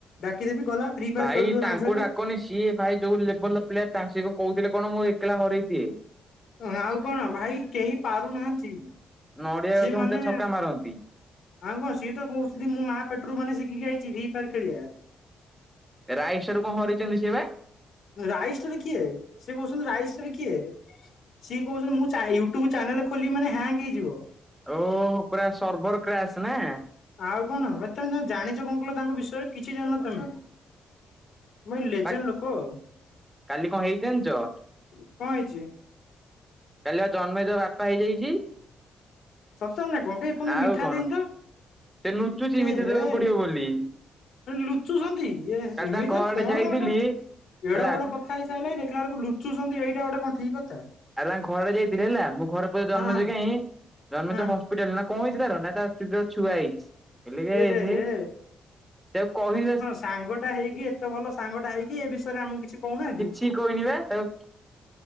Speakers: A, on the left; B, in the centre.
A: ଡାକିଦେବି ଗଲା ଫ୍ରି ଫାୟାର
B: ଭାଇ
A: ଖେଳୁଥିବ
B: ତାଙ୍କୁ
A: ତାଙ୍କ ସହିତ।
B: ଡାକନି ସିଏ ଭାଇ ଯୋଉ ଲେବଲ ପ୍ଲେୟାର ତାଙ୍କ ସ କଣ କହୁଥିଲେ କଣ ମୁଁ ଏକଲା ହରେଇ ଦିଏ?
A: ଆଉ କଣ ଭାଇ କେହି ପାରୁନାହାନ୍ତି
B: ନଡିଆ
A: ସେ
B: ଗଛ ମୂଳେ
A: ମାନେ
B: ଛକା ମାରନ୍ତି
A: ଆଉ କଁ ସିଏ ତ କହୁଛନ୍ତି ମୁଁ ମା ପେଟରୁ ମାନେ ଶିଖିକି ଆଇଛି ହେଇପାରେ ଭି ଫାୟାର ଖେଳିଆ।
B: ରାଇସାର୍ କୁ କଣ ହରେଛନ୍ତି ସେ ବା?
A: ରାଇଷ୍ଟାର୍ କିଏ ସେ କହୁଛନ୍ତି ରାଇଷ୍ଟାର୍ କିଏ? ସିଏ କହୁଛନ୍ତି ମୁଁ ଚା ୟୁଟ୍ୟୁବ ଚ୍ୟାନେଲ ଖୋଲିବି ମାନେ ହ୍ୟାଙ୍ଗ ହେଇଯିବ।
B: ଓହୋ ପୁରା ସର୍ଭର କ୍ରାସ୍ ନା।
A: ଆଉ କଣ ତମେ ଜାଣିଛ କଣ କହିଲ ତାଙ୍କ ବିଷୟରେ କିଛି ଜାଣିନ ତମେ? ମୁ ଏଇ ଲେଜେଣ୍ଟ
B: ବା
A: ଲୋକ
B: କାଲି କଣ ହେଇଛି ଜାଣିଛ?
A: କଣ ହେଇଛି?
B: କାଲି ପା ଜନ୍ମେଜୟ ବାପା ହେଇଯାଇଛି।
A: ସତ ନା କଣ ବେ ଏ ପର୍ଯ୍ୟନ୍ତ
B: ଆଉ
A: ମିଠା
B: କଣ
A: ଦେଇନି ତ।
B: ସେ ନୁଚୁଚି
A: ଏ
B: ମିଠା
A: ହେ
B: ଦେବାକୁ ପଡିବ ବୋଲି।
A: ଲୁଚୁଛନ୍ତି ଏ
B: କାଲି
A: ଏମିତି
B: ତାଙ୍କ ଘର ଆଡେ
A: କଣ
B: ଯାଇଥିଲି
A: ଗୋଟେ
B: ହେଲା
A: ଏଡ
B: ଆଉ
A: ବଡ କ ଖାଇସାଇଲାଣୀ ଦେଖିଲା ବେଳକୁ ଲୁଚୁଛନ୍ତି ଏଇଟା ଗୋଟେ କଣ ଠିକ କଥା?
B: ଆରେ ତାଙ୍କ ଘର ଆଡେ ଯାଇଥିଲି ହେଲା ମୁଁ ଘରେ ପଚାରିଲି ଜନ୍ମଜୟ
A: ହଁ
B: କାହିଁ ଜନ୍ମଜୟ
A: ହଁ
B: ହଶ୍ ପିଟାଲ୍ ନାଁ କଁ ହେଇଚି ତାର, ନାଁ ତା ସ୍ତ୍ରୀ ର ଛୁଆ ହେଇଚି। ଇଲେ କେ
A: ଏରେ
B: ଏହେ
A: ହେ
B: ସେ ଆଉ କହି ଦେସ୍
A: ତାଙ୍ଗଟା ହେଇକି ଏତେ ଭଲ ସାଙ୍ଗଟା ହେଇକି ଏ ବିଷୟରେ ଆମକୁ କିଛି କଉନାଆନ୍ତି।
B: କି କଇନି ବା ତାଉ